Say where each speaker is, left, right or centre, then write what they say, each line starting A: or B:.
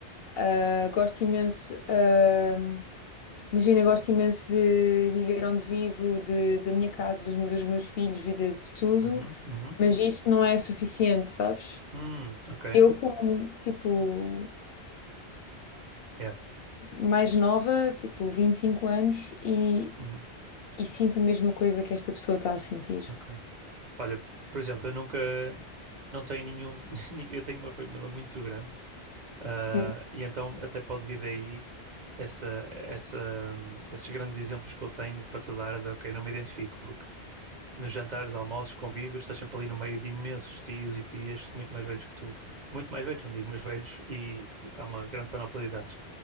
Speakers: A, on the left; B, on the right.
A: ah, gosto imenso, ah, imagina, gosto imenso de viver onde vivo, de, da minha casa, dos, dos meus filhos e de, de tudo,
B: Uhum, uhum.
A: mas isso não é suficiente, sabes?
B: Hum, ok.
A: Eu, como tipo
B: Yeah.
A: mais nova, tipo 25 anos, e,
B: Uhum,
A: e sinto a mesma coisa que esta pessoa está a sentir.
B: ok. Olha, por exemplo, eu nunca, não tenho nenhum, <laughs> ni- eu tenho uma família muito grande, ah,
A: Sim,
B: e então até pode vir daí essa, essa, hum, esses grandes exemplos que eu tenho para te dar de, ok, não me identifico, porque nos jantares, almoços, convívios, estás sempre ali no meio de imensos tios e tias muito mais velhos que tu, muito mais velhos, não digo, mas velhos, e há uma grande panóplia de idades.